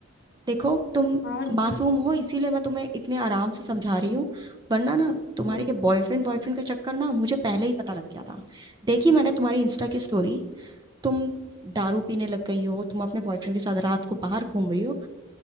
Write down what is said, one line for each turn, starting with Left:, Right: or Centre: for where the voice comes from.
Right: देखो तुम
Left: हाँ दीदी
Right: मासूम हो इसीलिए मैं तुम्हें इतने आराम से समझा रही हूँ वरना ना तुम्हारे
Left: हम्म,
Right: ये बॉयफ्रेंड बॉयफ्रेंड का चक्कर ना मुझे पहले ही पता लग गया था देखी मैंने तुम्हारी इंस्टा की स्टोरी तुम दारू पीने लग गई हो तुम अपने बॉयफ्रेंड के साथ रात को बाहर घूम रही हो